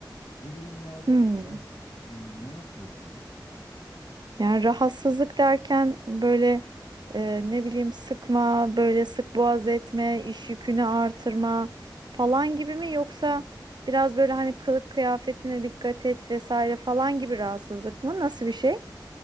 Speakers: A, on the left (about 50°); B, on the right (about 65°).
A: Bu durumlarda
B: Hmm.
A: sen ne yapıyorsun?
B: Yani rahatsızlık derken böyle e, ne bileyim sıkma, böyle sık boğaz etme, iş yükünü artırma falan gibi mi yoksa biraz böyle hani kılık kıyafetine dikkat et vesaire falan gibi rahatsızlık mı? Nasıl bir şey?